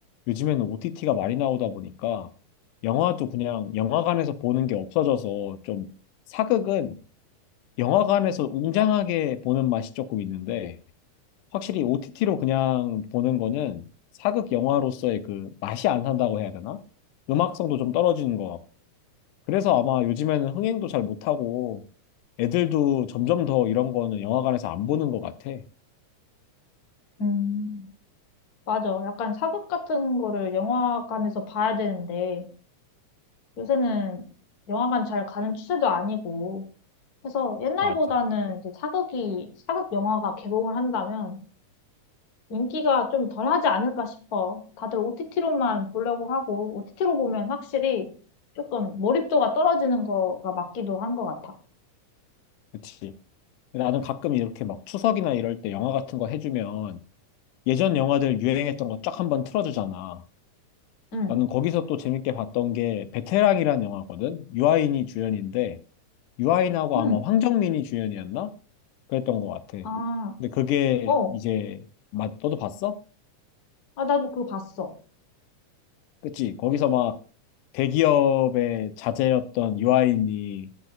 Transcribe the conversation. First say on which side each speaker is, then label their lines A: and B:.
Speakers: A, on the left; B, on the left.
A: 요즘에는 OTT가 많이 나오다 보니까 영화도 그냥 영화관에서 보는 게 없어져서 좀 사극은 영화관에서 웅장하게 보는 맛이 조금 있는데 확실히 OTT로 그냥 보는 거는 사극 영화로서의 그 맛이 안 산다고 해야 되나? 음악성도 좀 떨어지는 것 같고. 그래서 아마 요즘에는 흥행도 잘 못하고 애들도 점점 더 이런 거는 영화관에서 안 보는 것 같아.
B: 음. 맞아. 약간 사극 같은 거를 영화관에서 봐야 되는데, 요새는 영화관 잘 가는 추세도 아니고, 그래서 옛날보다는
A: 맞아.
B: 이제 사극이, 사극 영화가 개봉을 한다면 인기가 좀 덜하지 않을까 싶어. 다들 OTT로만 보려고 하고, OTT로 보면 확실히 조금 몰입도가 떨어지는 거가 맞기도 한 것 같아.
A: 그치. 나는 가끔 이렇게 막 추석이나 이럴 때 영화 같은 거 해주면 예전 영화들 유행했던 거 쫙 한번 틀어주잖아.
B: 응,
A: 나는 거기서 또 재밌게 봤던 게 베테랑이란 영화거든. 유아인이 주연인데 유아인하고
B: 응.
A: 아마 황정민이 주연이었나? 그랬던 것 같아.
B: 아,
A: 근데 그게
B: 어.
A: 이제 맞 너도 봤어?
B: 아, 나도 그거 봤어.
A: 그치? 거기서 막 대기업의 자제였던 유아인이